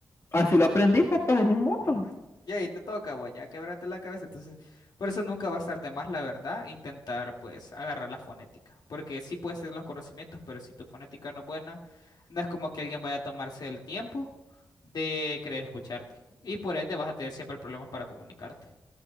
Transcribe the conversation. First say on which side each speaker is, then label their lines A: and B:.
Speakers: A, on the left; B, on the left.
A: así lo aprendí, papá, y ni modo.
B: ujú, y ahí te toca, vos, ya quebrate la cabeza. Entonces, por eso nunca va a estar de más, la verdad, intentar, pues, agarrar la fonética. Porque sí puedes tener los conocimientos, pero si tu fonética no es buena, no es como que alguien vaya a tomarse el tiempo de querer escucharte. Y por ende vas a tener siempre problemas para comunicarte.